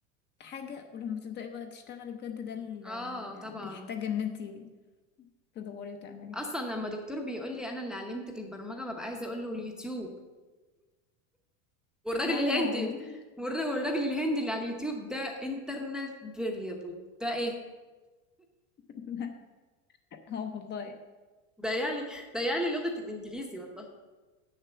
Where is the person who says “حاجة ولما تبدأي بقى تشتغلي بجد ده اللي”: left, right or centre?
Left